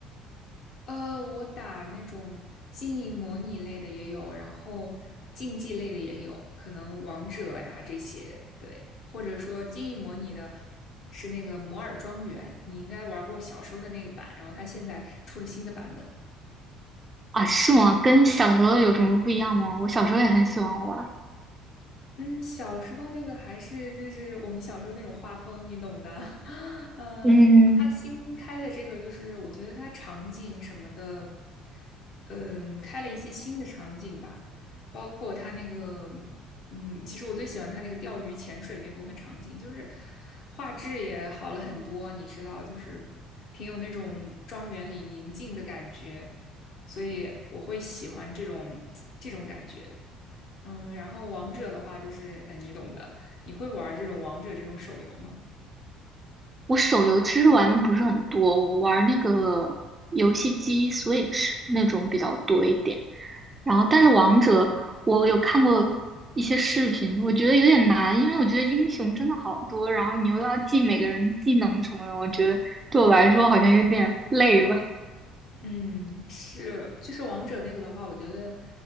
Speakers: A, on the left (about 55°); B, on the right (about 20°).
A: 呃，我打那种经营模拟类的也有，然后竞技类的也有，可能王者呀这些，对，或者说经营模拟的是那个摩尔庄园，你应该玩过小时候的那个版，然后它现在出了新的版本。
B: 啊，是吗？跟小时候有什么不一样吗？我小时候也很喜欢玩儿
A: 嗯，小时候那个还是就是我们小时候那种画风，你懂的。<laughs> 呃，
B: 嗯，
A: 它新开的这个，就是我觉得它场景什么的，嗯，开了一些新的场景吧，包括它那个，嗯，其实我最喜欢它那个钓鱼潜水那部分场景，就是画质也好了很多，你知道，就是挺有那种庄园里宁静的感觉，所以我会喜欢这种 <tsk> 这种感觉。嗯，然后王者的话就是，呃，你懂的。你会玩这种王者这种手游吗？
B: 我手游其实玩的不是很多，我玩那个游戏机 Switch 那种比较多一点。然后，但是王者我有看过一些视频，我觉得有点难，因为我觉得英雄真的好多，然后你又要记每个人技能什么的，我觉得对我来说好像有点累了。
A: 嗯，是，就是王者那个的话，我觉得